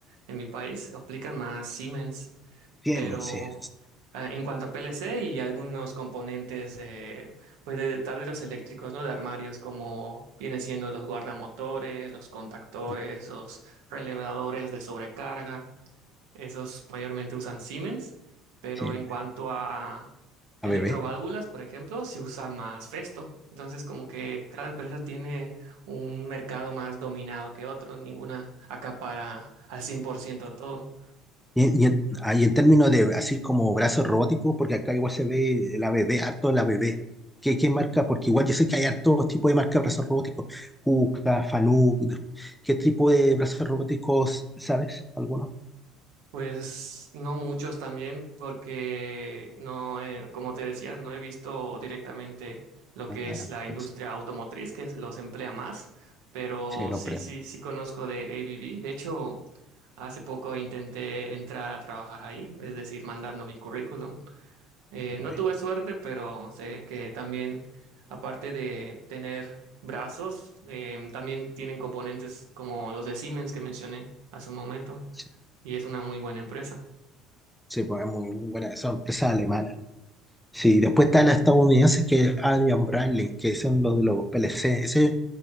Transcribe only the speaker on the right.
en mi país, aplican más Siemens.
pero
ah, en cuanto a PLC y algunos componentes eh, pues de tableros eléctricos, ¿no? De armarios, como viene siendo los guardamotores, los contactores,
los relevadores de sobrecarga, esos mayormente usan Siemens, pero
en cuanto a electroválvulas,
por ejemplo, se usa más Festo. Entonces, como que cada empresa tiene un mercado más dominado que otro, ninguna acapara al 100% todo.
Pues no muchos también, porque no, eh, como te decía, no he visto directamente lo
que es la industria
automotriz, que es- los emplea más, pero
sí,
sí, sí conozco de ABB. De hecho, hace poco intenté entrar a trabajar ahí, es decir, mandando mi currículum. Eh,
no tuve suerte, pero sé que también, aparte de tener brazos, eh, también tienen componentes como los de Siemens que mencioné hace un momento,
y es una muy buena empresa.